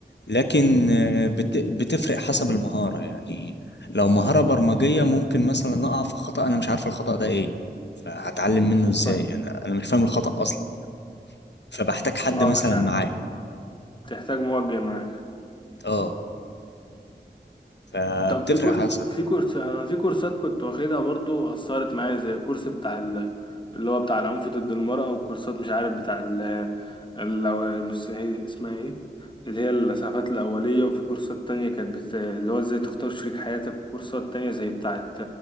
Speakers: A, on the left; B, on the left.
A: لكن آه، بت- بتفرق حسب المهارة يعني لو مهارة برمجية ممكن مثلا أقع في خطأ أنا مش عارف الخطأ ده إيه فهتعلم منه إزاي
B: ف...
A: أنا أنا مش فاهم الخطأ أصلا فبحتاج حد
B: اه
A: مثلا
B: بس
A: معايا
B: تحتاج موجه معاك
A: أه فبتفرق
B: طب في كورس
A: حسب
B: في كورس انا في كورسات كنت واخدها برضو اثرت معايا زي الكورس بتاع ال... اللي هو بتاع العنف ضد المرأة وكورسات مش عارف بتاع ال... اللو... بس هي اسمها ايه اللي هي الإسعافات الأولية وفي كورسات تانية كانت بت... اللي هو ازاي تختار شريك حياتك وكورسات تانية زي بتاعت